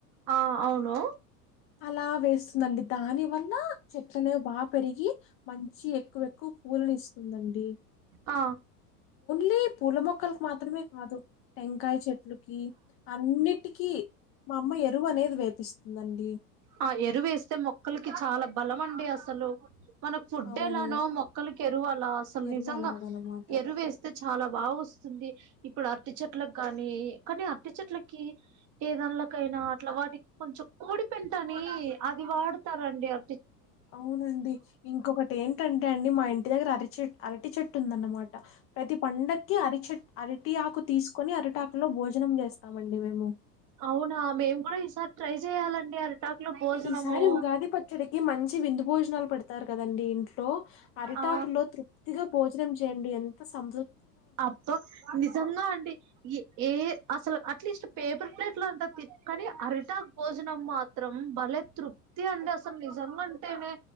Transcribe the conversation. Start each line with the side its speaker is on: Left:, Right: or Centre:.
Right: ఆ అవును
Left: అలా వేస్తుందండి దాని వల్ల నా చెట్లనే బా పెరిగి మంచి ఎక్కువ ఎక్కువ పూలను ఇస్తుందండి
Right: ఆ
Left: లీప్ పూల మొక్కలకు మాత్రమే కాదు టెంకాయ చెట్లకి అన్నిటికీ మా అమ్మ ఎరువు అనేది వేపిస్తుందండి
Right: ఆ ఎరువేస్తే మొక్కలకి చాలా బలం అండి అసలు మనకు ఫుడ్
Left: అవును
Right: ఎలానో మొక్కలకి ఎరువు అలా అసలు
Left: ఎరువు
Right: నిజంగా
Left: అలాగనమాట
Right: ఎరువేస్తే చాలా బాగా ఇప్పుడు అరటి చెట్లగాని కానీ అరటి చెట్లకి ఏదంలకైనా అట్లా వాటికి కొంచెం కోడి పెంటని అది వాడుతారండి అ
Left: అవునండి ఇంకొకటి ఏంటంటే అండి మా ఇంటి దగ్గర అరిచె అరటిచెట్. టుందన్నమాట ప్రతి పండక్కి అరిచె అరటి ఆకు తీసుకొని అరటాకులో భోజనం చెస్ ఇస్తామండి మేము.
Right: అవునా మేము కూడా ఈసారి ట్రై చేయాలండి టాకులో భోజనము.
Left: ఈసారి ఉగాది పచ్చడికి మంచి విందు భోజనాలు పెడతారు కదండి ఇంట్లో లో అరిటాకు
Right: ఆ
Left: లో తృప్తిగా భోజనం చేయండి ఎంత సంతృ
Right: అబ్బా నిజంగా అండి ఈ ఏ అసలు అట్లీస్ట్ పేపర్ ప్లేట్లు అంట తి కానీ అరిటాక్ భోజనం మాత్రం భలే తృప్తి అండి అసలు నిజంగా అంటేనే.